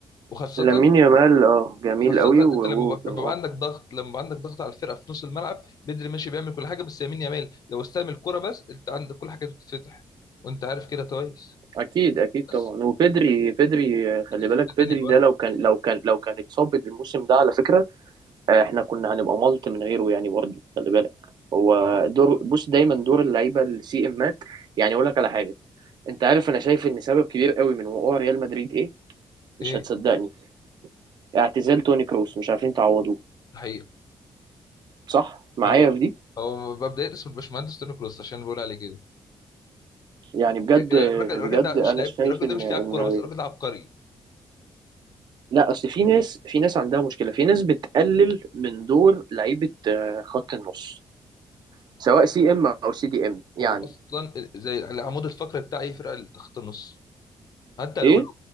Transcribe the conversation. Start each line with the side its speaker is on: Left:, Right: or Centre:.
Left: وخاصه
Right: لامين يامال اه جميل
Left: وخاصه
Right: قوي و...
Left: انت لما
Right: و...
Left: بقى-
Right: آه.
Left: بيبقى عندك ضغط لما بيبقى عندك ضغط على الفرقه في نص الملعب بدري ماشي بيعمل كل حاجه بس يمين يامال لو استلم الكره بس انت عندك كل حاجه بتتفتح وانت عارف كده كويس
Right: اكيد اكيد
Left: بس
Right: طبعا وبدري بدري آه، خلي
Left: في
Right: بالك
Left: حته تانيه
Right: بدري
Left: برضه
Right: ده لو كان لو كان لو كان اتصاب الموسم ده على فكره آه، احنا كنا هنبقى ملط من غيره يعني برضه خلي بالك هو دور بص دايما دور اللعيبه السي امات يعني اقول لك على حاجه انت عارف انا شايف ان سبب كبير قوي من وقوع ريال مدريد ايه مش
Left: ايه
Right: هتصدقني اعتزال توني كروس مش عارفين تعوضوه
Left: ده حقيقي
Right: صح معايا
Left: هو
Right: في دي
Left: هو مبدئيا اسمه الباشمهندس توني كروس عشان بقول عليه كده
Right: يعني بجد
Left: يا جدعان، الراجل الراجل
Right: بجد
Left: ده
Right: انا
Left: مش لاعب
Right: شايف
Left: الراجل
Right: ان
Left: ده مش
Right: ان
Left: لاعب كوره بس الراجل ده عبقري
Right: لا اصل في ناس في ناس عندها مشكله في ناس بتقلل من دور لعيبه آه، خط النص سواء سي ام او سي دي ام يعني
Left: هو اصلا زي العمود الفقري بتاع اي فرقه اللي خط النص حتى لو
Right: ايه
Left: ال-